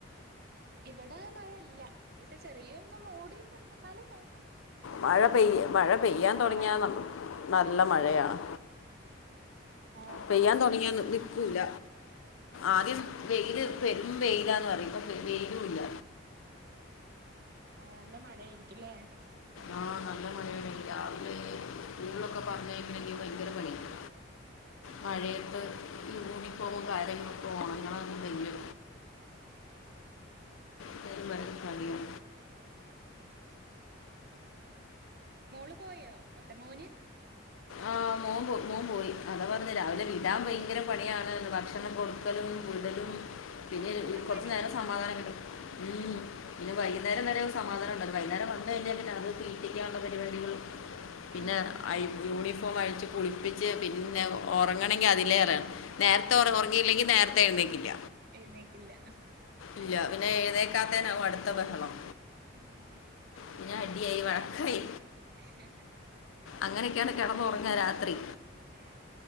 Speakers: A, on the right; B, on the left.
A: ഇവടെ മഴയില്ല. പക്ഷെ ചെറിയൊന്നും മൂടിട്ടുണ്ടെന്നാലു കൊഴ
B: മഴ പെയ്യ മഴ പെയ്യാൻ
A: നല്ല
B: തൊടങ്ങിയാ
A: മഴയാ
B: നമ്മ ന്ന നല്ല മഴയാണ്.
A: ഓ
B: പെയ്യാ തൊടങ്ങിയോന്ന് നി കൂല ആദ്യം വെയില്
A: ആഹ്
B: പെരും വെയില് ല്ലാന്ന് പറയും. ഇപ്പ വെയിലുല്ല.
A: ആ നല്ല മഴയാരിക്കില്ലേ.
B: ആഹ്. നല്ല മഴയണെ. രാവിലെ സ്കൂളിലൊക്കെ പറഞ്ഞയക്കണെങ്കിൽ ഭയങ്കര പണിയാണ്.
A: ഏഹ്
B: മഴയത്ത് ഈ യൂണിഫോവുക്കാര്യങ്ങളൊക്കെ ഒണങ്ങണമെന്നില്ല.
A: ആഹ്
B: ശെരി മാം മതിയോ
A: ഉം മോള് പോയോ? അല്ല മോന്.
B: ആഹ് മോൻ പോ മോൻ പോയി. അത പറഞ്ഞ രാവിലെ വിടാൻ ഭയങ്കര പണിയാണേന്ന്. ഭക്ഷണം കൊടുക്കലും വിടലും. പിന്നെ
A: പോകാൻ
B: കൊറച്ചു
A: മടിയാണോ
B: നേരം സമാധാനം കിട്ടും. ഉം പിന്നെ വൈകുന്നേരം വരെയൊര് സമാധാനയൊ ണ്ടാരെന്ന്. വൈകുന്നേരം വന്ന് കഴിഞ്ഞാപ്പിന്നെ അത് തീറ്റക്കാനൊള്ള പരിപാടികൾ. പിന്നെ
A: ആഹ്
B: ഐ യൂണിഫോം അഴിച്ച് കുളിപ്പിച്ച് പിന്നെ ഉറങ്ങണമെങ്കിൽ അതിലേറൊണ് നേരത്തെ ഉറ ഉറങ്ങിയില്ലങ്കിൽ നേരത്തെ തഴുന്നേക്കില്ല
A: എഴുന്നേക്കില്ല
B: ഇല്ല പിന്നെ ഏതേക്കാത്തേ അടുത്ത ബഹളം
A: ഉം
B: പിന്നെ അടിയായി വടക്കായി
A: <inaudible>
B: അങ്ങനെയൊക്കെയാണ് കിടന്നുറങ്ങ രാത്രി
A: ഉഏ